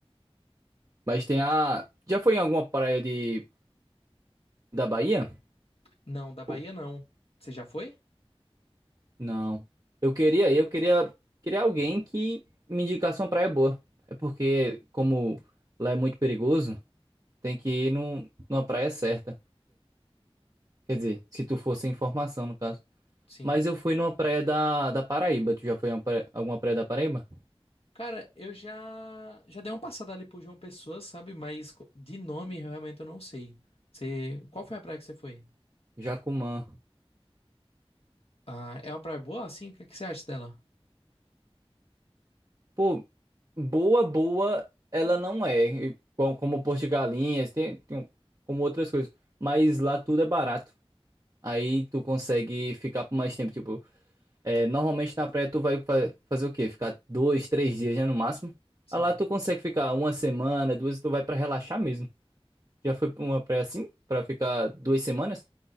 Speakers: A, on the right; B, on the left.
A: Mas tem a. Já foi em alguma praia de... da Bahia?
B: Não, da Bahia
A: Pô,
B: não. Você já foi?
A: não. Eu queria, eu queria, queria alguém que me indicasse uma praia boa. É porque, como lá é muito perigoso, tem que ir num, numa praia certa. Quer dizer, se tu for sem informação, no caso.
B: Sim.
A: Mas eu fui numa praia da, da Paraíba. Tu já foi em uma praia- alguma praia da Paraíba?
B: Cara, eu já já dei uma passada ali por João Pessoa, sabe? Mas co- de nome realmente eu não sei. Você, qual foi a praia que você foi?
A: Jacumã.
B: Ah, é uma praia boa assim? O que que você acha dela?
A: Pô, boa, boa, ela não é. Como, como Porto de Galinhas, tem, tem- como outras coisas. Mas lá tudo é barato. Aí tu consegue ficar por mais tempo. Tipo, é, normalmente na praia tu vai fa- fazer o quê? Ficar dois, três dias, né, no máximo.
B: Sim.
A: Aí Lá tu consegue ficar uma semana, duas, tu vai pra relaxar mesmo. Já foi pra uma praia assim? Pra ficar duas semanas?